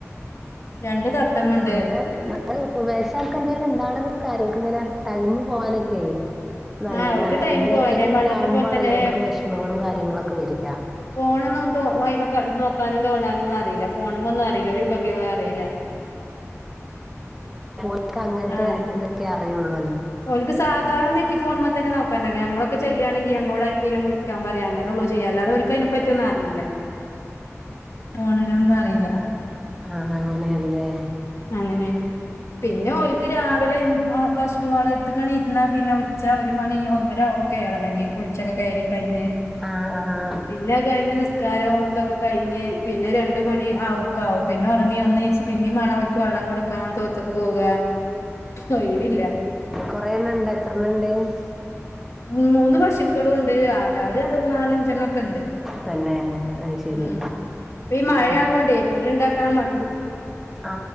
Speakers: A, on the left; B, in the centre.
A: രണ്ട്
B: <unintelligible>
A: തത്തമ്മണ്ട്
B: തൽക്കന്തേണ് ണ്ടാണത് ആരോഗ്യനിലര ടൈമ് പോകാനൊക്കെ നല്ലതാണ്
A: ആഹ് ഓൽക്ക് ടൈം
B: അല്ലെങ്കി
A: പോകാനെ
B: ഒറ്റക്ക് ഇങ്ങനാകുമ്പോ
A: പണ്ടത്തെ പോലെ
B: ആണല്ലോ
A: തന്നെ
B: ഓൽക്ക് വിഷമങ്ങളും കാര്യങ്ങളും ഒക്കെ വരിക
A: പോണംന്ന് തോ വൈമക്കെ നോക്കാനും തോണ്ടാ ഒന്നും അറിയില്ല ഫോണ് ഒന്നുമറിയില്ല ഒരു ഉപകയ അറിയില്ല
B: ക്ക അങ്ങനത്തെ
A: ആഹ്
B: ഇതൊക്കെ അറിയോള്ളു
A: ഓൽക്ക് സാധാന എനിക്കി ഫോണിമെ തന്നെ നോക്കാൻ അറിയാം ഞങ്ങളൊക്കെ ചെല്യയാണെങ്കിൽ അങ്ങോട് ആർക്കേലും വിളിക്കാൻ പറയാ അങ്ങനൊള്ള ചെയ്യ അല്ലാതെ ഓൽക്ക് അയിനെ പറ്റി ഒന്ന് അറിയില്ല പോണിനൊന്നും അറിയില്ല
B: ആഹ് അങ്ങനെയാണല്ലേ
A: അങ്ങനെണ് പിന്നെഓൽ ഇക്ക രാവിലെ ആ പശു വളത്തക്കന്നെ ഇരുന്ന പിന്നെ ച്ചാ ഒരു മണി ഒന്നരാകും കേറണെങ്കി കുളിച്ചൊക്കെ കേറി കഴിഞ്ഞ്
B: ആഹ് ആഹ്
A: പിന്നഹ് കഴിഞ്ഞ് നിസ് ക്കാരോ ഇന്തൊക്കെ കഴിഞ്ഞ് പിന്നെ രണ്ടു മണി ആ ഒക്കാവും പിന്നെ ഒറങ്ങി ഒന്നേച്ച് പിന്നീം വേണം അവർക്ക് വെള്ള ള്ളം കൊടുക്കാൻ തൊഉത്തുക്ക് പോക ഒയ് വില്ല
B: കൊറേണ്ണഇണ്ടോ എത്ര എണ്ണ ഇണ്ട്
A: ഉം മൂന്ന് പശുക്കളൂണ്ട് ആടാള് രണ്ട് മൂന്നാലഞ്ചെണ്ണോക്കെണ്ട്
B: തന്നെ അത് ശരി
A: ഉം ഇപ്പ ഈ മഴ
B: അപ്പൊ
A: ആവുണ്ടേ പുല്ല് ഇണ്ടാക്കാൻ മാ
B: ആ